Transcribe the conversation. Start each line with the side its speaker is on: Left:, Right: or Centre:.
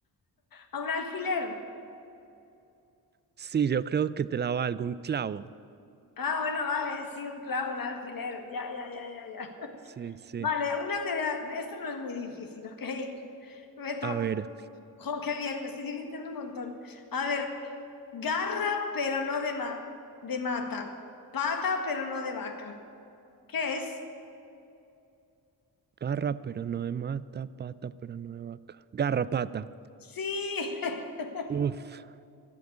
Left: A un alfiler.
Right: Sí, yo creo que te la valgo un clavo.
Left: Ah, bueno, vale, sí, un clavo, un alfiler. Ya, ya, ya, ya, ya.
Right: Sí, sí.
Left: Vale, una te Esto no es muy difícil, ¿ok? Me toca.
Right: A ver,
Left: Jo, qué bien, me estoy divirtiendo un montón. A ver, garra, pero no de, ma- de mata. Pata, pero no de vaca. ¿Qué es?
Right: garra, pero no de mata, pata, pero no de vaca. Garrapata.
Left: Sí, <laughs>
Right: Uf.